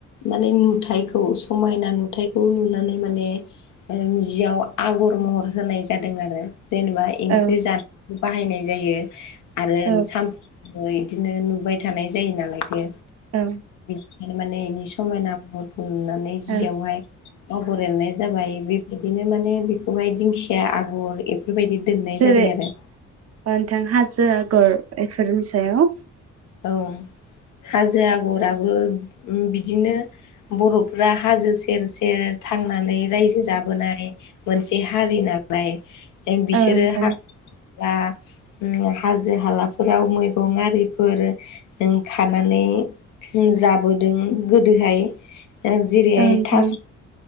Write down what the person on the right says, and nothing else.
औ
औ
औ
औ
जेरै
नोंथां हाजो आगर एफोरनि सायाव
औ नोंथां
औ नोंथां